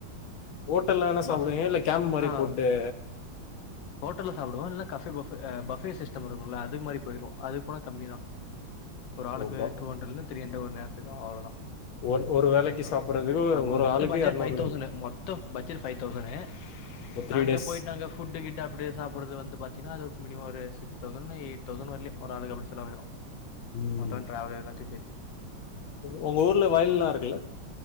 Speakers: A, on the left; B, on the left.
A: ஹோட்டல்ல என்ன சாப்பிடுறிங்க
B: பஸ்
A: இல்ல கேம்ப் மாரி
B: ஆ
A: போட்டுட்டு
B: ஹோட்டல்ல சாப்படுவோ இல்ல காஃபே பஃபு பஃபே சிஸ்டம் இருக்கு இல்ல அதுக்கு மாரி போயிடுவோ அது போன கம்மி தா ஒரு ஆளுக்கு
A: ரொம்ப
B: டூ ஹண்ரெட்லருந்து த்ரி அன்ரேட் ஒரு நேரத்துக்கு அவ்வுளோதா
A: ஒரு
B: அந்த
A: ஒரு
B: மாரி
A: வேலைக்கு சாப்புட்றதுக்கு
B: ஆமா
A: ஒரு
B: மொத்த
A: ஆளுக்கு
B: பட்ஜெட்
A: எரநூறுல
B: ஃபைவ் தௌசண்னு மொத்த பட்ஜெட் ஃபைவ் தௌசண்னு
A: ஒரு த்ரீ
B: நாங்க
A: டேஸ்
B: போயிட்டு நாங்க ஃபுட்டு கிட்டு து அப்படியே சாப்படுறது வந்து பாத்தீன்னா அது மினிம் ஒரு சிக்ஸ் தௌசண் ஏயாட் தௌசண் வரைலியு ஒரு ஆளுக்கு அப்படி சொலவு ஆகிரு
A: ம்
B: மத்த டிராவல் எல்லாத்தையு சேத்தி
A: உங்க ஊர்ல வயல் எல்லா இருக்குல்ல